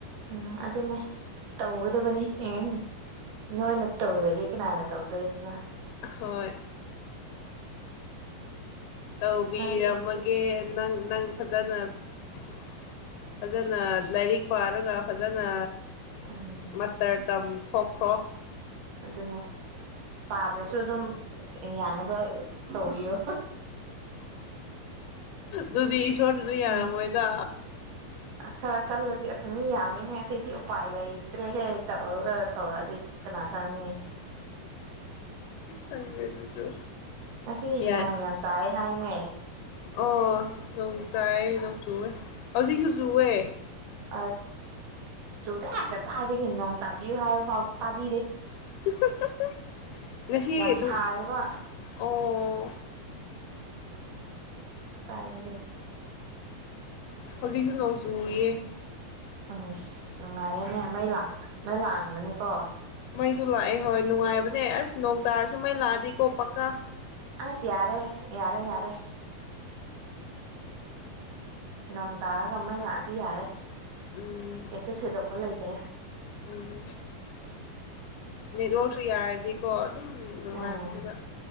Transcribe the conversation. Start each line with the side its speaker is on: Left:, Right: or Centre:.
Right: ꯎꯝ ꯑꯗꯨꯅꯦ ꯇꯧꯒꯗꯕꯅꯤ ꯎꯝ ꯅꯣꯏꯅ ꯇꯧꯗ꯭ꯔꯗꯤ ꯀꯅꯥꯅ ꯇꯧꯗꯣꯏꯕ
Left: ꯍꯣꯏ ꯇꯧꯕꯤꯔꯝꯃꯒꯦ
Right: ꯅꯣꯏꯗꯤ
Left: ꯅꯪ ꯅꯪ ꯐꯖꯅ ꯑꯁ ꯐꯖꯅ ꯂꯥꯏꯔꯤꯛ ꯄꯥꯔꯒ ꯐꯖꯅ
Right: ꯎꯝ
Left: ꯃꯥꯁꯇꯔ ꯇꯝꯊꯣꯛꯈ꯭ꯔꯣ
Right: ꯑꯗꯨꯅꯦ ꯄꯥꯗ꯭ꯔꯁꯨ ꯑꯗꯨꯝ ꯌꯥꯅꯕ ꯇꯧꯕꯤꯌꯣ
Left: ꯗꯨꯗꯤ ꯏꯁꯣꯔꯅꯁꯨ
Right: ꯎꯝ
Left: ꯌꯥꯔꯝꯃꯣꯏꯗ
Right: ꯈꯔ ꯀꯜꯂꯗꯤ ꯑꯁ ꯃꯤ ꯌꯥꯝꯃꯦꯍꯦ ꯑꯁꯤꯗꯤ ꯎꯄꯥꯏ ꯂꯩꯇ꯭ꯔꯦꯍꯦ ꯇꯧꯔꯒ ꯇꯧꯔꯛꯑꯗꯤ ꯀꯅꯥ ꯈꯪꯅꯤ
Left: ꯈꯪꯗꯦ ꯑꯗꯨꯁꯨ
Right: ꯉꯁꯤ
Left: ꯌꯥꯏ
Right: ꯅꯣꯡ ꯌꯥꯝ ꯇꯥꯏ ꯍꯥꯏꯅꯦ
Left: ꯑꯣ ꯅꯣꯡ ꯇꯥꯏ ꯅꯣꯡ ꯆꯨꯑꯦ ꯍꯧꯖꯤꯛꯁꯨ ꯆꯨꯑꯦ
Right: ꯑꯁ ꯆꯨꯗ‌ꯦ ꯀꯗꯥꯏꯗꯒꯤ ꯅꯣꯡ ꯇꯥꯕꯤꯌꯨ ꯍꯥꯏꯕ ꯐꯥꯎ ꯇꯥꯕꯤꯗ‌ꯦ
Left: <unintelligible>
Right: ꯌꯥꯝ
Left: ꯅꯨꯡ
Right: ꯁꯥꯏꯌꯦꯕ
Left: ꯑꯣ
Right: ꯀꯗꯥꯏꯗꯒꯤ
Left: ꯍꯧꯖꯤꯛꯁꯨ ꯅꯣꯡ ꯆꯨꯔꯤꯌꯦ
Right: ꯑꯁ ꯉꯥꯏꯔꯦꯅꯦ ꯃꯩ ꯂꯥꯛ ꯃꯩ ꯂꯥꯛꯑꯝꯒꯅꯤꯀꯣ
Left: ꯃꯩꯁꯨ ꯂꯥꯛꯑꯦ ꯍꯣꯏ ꯅꯨꯡꯉꯥꯏꯕꯅꯦ ꯑꯁ ꯅꯣꯡ ꯇꯥꯔꯁꯨ ꯃꯩ ꯂꯥꯛꯑꯗꯤꯀꯣ ꯄꯛꯀꯥ
Right: ꯑꯁ ꯌꯥꯔꯦ ꯌꯥꯔꯦ ꯌꯥꯔꯦ ꯅꯣꯡ ꯇꯥꯔꯒ ꯃꯩ ꯂꯥꯛꯑꯗꯤ ꯌꯥꯔꯦ
Left: ꯎꯝ
Right: ꯀꯩꯁꯨ ꯊꯣꯏꯗꯣꯛꯄ ꯂꯩꯇ꯭ꯔꯦ
Left: ꯎꯝ ꯅꯦꯠꯋꯔꯥꯛꯛꯁꯨ ꯌꯥꯔꯗꯤꯀꯣ ꯑꯗꯨꯝ ꯅꯨꯡꯉꯥꯏꯕꯅꯦꯕ
Right: ꯎꯝ